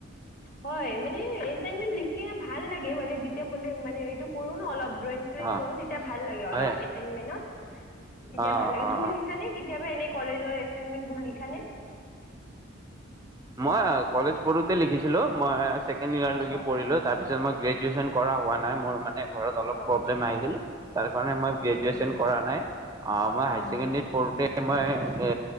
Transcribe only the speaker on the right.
অ',
হয়,
অ',
অ',
অ'।
মই কলেজ পঢ়োতে লিখিছিলোঁ‌। দিলো মাচ ছেকেণ্ড ইয়েৰলৈকে
পঢ়িলোঁ‌। তাৰ পিছত মই গ্ৰেজুৱেশ্যন কৰা হোৱা নাই মোৰ মা নাই ঘৰত অলপ প্ৰব্লেম
আহিছিল তাৰ কাৰণে মই গ্ৰেজুৱেশ্যন
কৰা নাই। অঅ মই
ছেকেণ্ডেৰীত পঢ়োঁতে মই এ